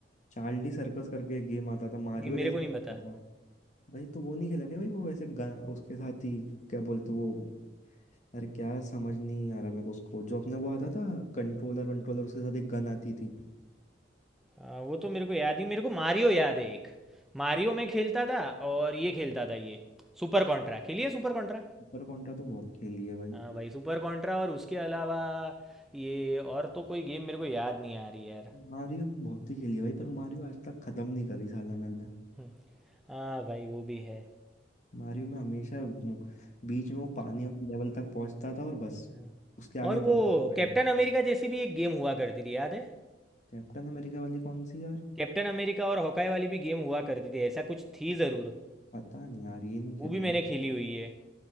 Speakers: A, on the left; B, in the centre.
A: चार्ली सर्कस करके गेम आता था मारियो
B: नहीं मेरे
A: जैसे
B: को नहीं पता
A: आता था। भाई तो वो नहीं खेला क्या भाई वो वैसे गा, उसके साथ ही क्या बोलते वो अरे क्या समझ नहीं आ रहा मेरे को उसको जो अपने वो आता था कंट्रोलर वंट्रोलर उसके साथ एक गन आती थी
B: आ, वो तो मेरे को याद नहीं मेरे को मारियो याद है एक मारियो में खेलता था और ये खेलता था ये सुपर कॉन्ट्रा खेलिए सुपर कॉन्ट्रा
A: सुपर कॉन्ट्रा तो बहुत खेली है भाई
B: हाँ भाई सुपर कॉन्ट्रा और उसके अलावा ये और तो कोई गेम मेरे को याद नहीं आ रही यार
A: मारियो भी बहुत ही खेली है भाई पर मारियो आज तक खत्म नहीं करी साला मैंने
B: हम्म, हाँ भाई वो भी है
A: मारियो में हमेशा वो- बीच में वो पानी वाले लेवल तक पहुंचता था और बस
B: हाँ।
A: उसके आगे
B: और
A: पहुंचता
B: वो कैप्टन
A: था।
B: अमेरिका जैसी भी एक गेम हुआ करती थी याद है
A: कैप्टन अमेरिका वाली कौन सी यार
B: कैप्टन अमेरिका और हॉकाई वाली भी गेम हुआ करती थी ऐसा कुछ थी ज़रूर
A: पता नहीं यार ये नहीं खेली
B: वो भी मैंने
A: मैं
B: खेली हुई है